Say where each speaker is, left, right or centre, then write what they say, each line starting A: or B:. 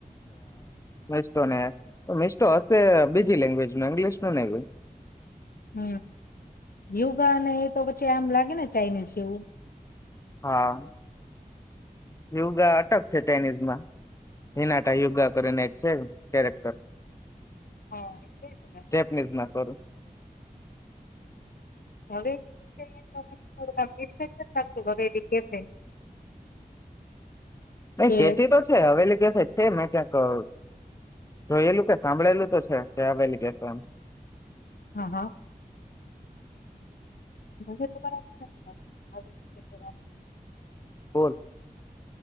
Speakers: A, on the left; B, on the left.
A: મસ્ત ને મસ્ત હસ્થ બીજી લેન્ગવેજ ઇંગલિશ પણ હવે
B: હમ યુગા અને એ તો પછી આમ લાગ કે ને ચાઇનીઝ એવું
A: હા યોગા અટક છે ચાઇનીઝમાં હિનાટા યોગા કરીને જ છે કેરેક્ટર
B: હા એટલે જ ને
A: ચેપનીઝમાં સોરી.
B: હવે જ છે. તો જ. <unintelligible>
A: નહી
B: કે
A: ખેચી તો છે હવેલી છે મે ક્યાંક કહ્યું કે એલોકો સાંભળેલું તો છે કે આવેલ કક આમ.
B: હા હા <unintelligible>
A: ફલ